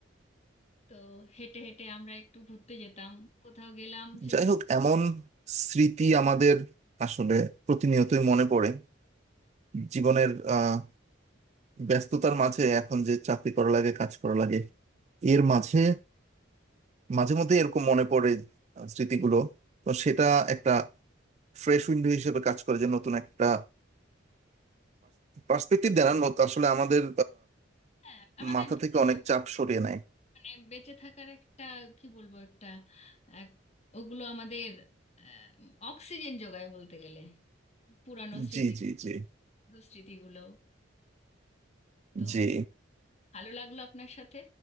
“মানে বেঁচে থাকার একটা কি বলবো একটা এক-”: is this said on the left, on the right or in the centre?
Left